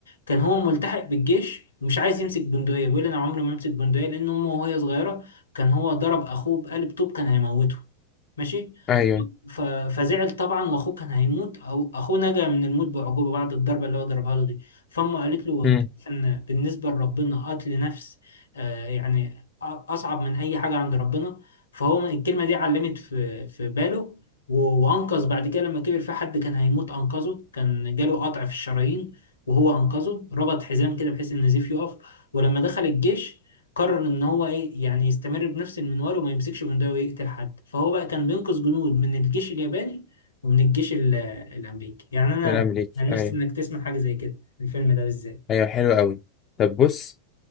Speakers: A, on the left; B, on the left.
A: كان هو ملتحق بالجيش ومش عايز يمسك بندقية بيقول أنا عمري ما أمسك بندقية لأن أمه وهي صغيرة كان هو ضرب أخوه بقلب طوب كان هيموته ماشي
B: أيوه
A: ف- فزعل طبعا واخوه كان هيموت او اخوه نجا من الموت بعجوبه بعد الضربه اللي هو ضربها له دي فامه قالت له
B: مم.
A: انت عارف ان بالنسبه لربنا قتل نفس آه يعني أ- اصعب من اي حاجه عند ربنا فهو الكلمه دي علمت في في باله و- وانقذ بعد كده لما كبر في حد كان هيموت انقذه كان جاله قطع في الشرايين وهو انقذه ربط حزام كده بحيث ان النزيف يقف ولما دخل الجيش قرر ان هو ايه يعني يستمر بنفس المنوال وما يمسكش بندقية ويقتل حد فهو بقى كان بينقذ جنود من الجيش الياباني ومن الجيش ال- الامريكي يعني انا
B: من الأمريكي
A: انا نفسي
B: أيوة
A: انك تسمع حاجة زي كده الفيلم ده بالذات
B: أيوة حلو أوي طب بص